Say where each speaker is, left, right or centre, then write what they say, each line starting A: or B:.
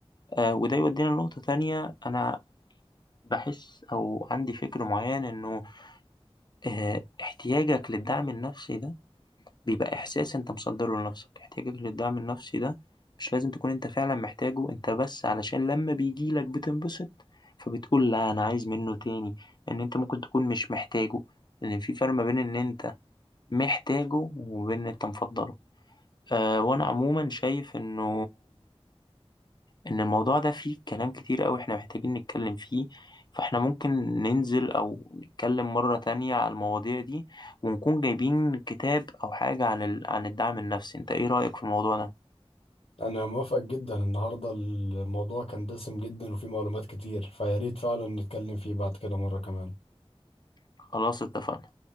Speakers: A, on the left; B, on the left.
A: آه، وده يودينا لنقطة تانية أنا بحس أو عندي فكر معين إنه آه، احتياجك للدعم النفسي ده بيبقى إحساس أنت مصدّره لنفسك، احتياجك للدعم النفسي ده مش لازم تكون أنت فعلًا محتاجه، أنت بس علشان لمّا بييجي لك بتنبسط، فبتقول لأ أنا عايز منّه تاني، لإن أنت ممكن تكون مش محتاجه، لإن في فرق ما بين إن أنت محتاجه وما بين إن أنت مفضّله، آآ، وأنا عمومًا شايف إنه ان الموضوع ده فيه كلام كتير قوي احنا محتاجين نتكلم فيه فاحنا ممكن ننزل او نتكلم مرة تانية على المواضيع دي ونكون جايبين كتاب او حاجة عن ال... عن الدعم النفسي انت ايه رأيك في الموضوع ده
B: انا موافقك جدا النهارده الموضوع كان دسم جدا وفيه معلومات كتير فياريت فعلا نتكلم فيه بعد كده مرة كمان
A: خلاص اتفقنا